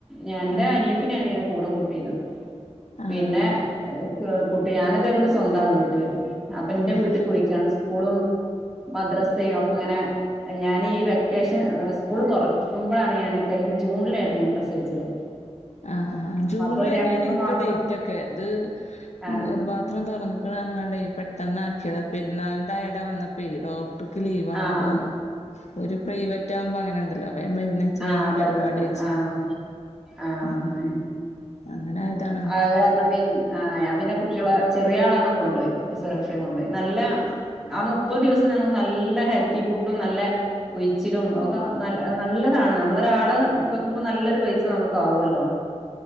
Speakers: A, in the centre; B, on the left.
A: ഞാന്റെ
B: ആഹ്
A: അനിയത്തിനാണ് ഞാൻ കൂടെ കൂട്ടിത്
B: ആഹ്
A: പിന്നെ കുട്ടി ഞാന ഇതേപോലെ സ്വന്താണ് വീട്ട അപ്പൊ എന്റെ
B: ആഹ്
A: വീട്ടക്ക്
B: ആഹ്
A: പോയിക്കാണ് സ്കൂളും മദ്രാസ ചെയ ഒക്കെ ഇങ്ങനെ ഞാന ഈ വെക്കേഷൻ സ്കൂൾ തുറക്ക നക്കുമ്പോഴാണ് ഞാൻ കഴിഞ്ഞ ജൂണിലായിരുന്നു ഞാൻ പ്രസവിച്ചത്
B: ആഹ ആ ജൂണില്
A: അപ്പൊ ഒരു
B: തന്നെയാണ്
A: മൂന്ന്
B: എനിക്ക്
A: മാസം
B: ഡേറ്റ് ഒക്കെ ഇത്
A: ആഹ്
B: ഗർഭപാത്രം താന്ന് ണ്ട പെട്ടെന്ന ആക്കിയത് പെരുന്നാള ആട വന്നപ്പയ് ഡോക്ടർക്ക് ലീവണ
A: ആഹ്
B: അപ്പൊ ഒരു പ്രൈവറ്റ് ആവുമ്പോ അങ്ങനെ ഉണ്ടല്ലോ വേം മരുന്ന് വെച്ച്
A: ആഹ്
B: വേഗം പരിപാടി
A: പെട്ടെന്ന്
B: കഴിച്ചു
A: ആഹ് ആഹ്
B: ഉം
A: ആഹ്
B: അങ്ങനെ ആയതാണ്
A: അത് കാരണം പിൻ ആഹ് ഞാൻ പിന്നെ കുട്ടികളെ ചെറിയ ആള അങ്ങോട്ട് കൊണ്ടു പോയി പ്രസവ രക്ഷയെ കൊണ്ടപോയി നല്ല ആ മുപ്പത് ദിവസം നമക്ക് നല്ല ഹെൽത്തി ഫുഡും നല്ല ഉഴിച്ചിലും ഒക്കെ നല്ല നല്ലതാണ് നമ്മള ഒരാള് വെക്കുമ്പോ നല്ലൊരു പൈസ നമുക്കാവല്ലോ